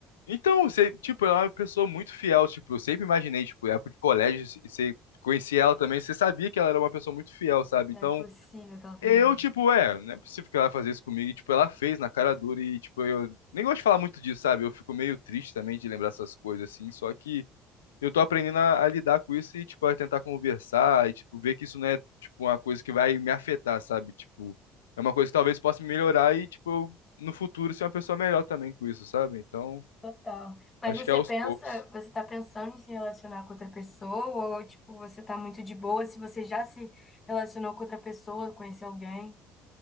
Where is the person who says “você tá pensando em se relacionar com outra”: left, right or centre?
Left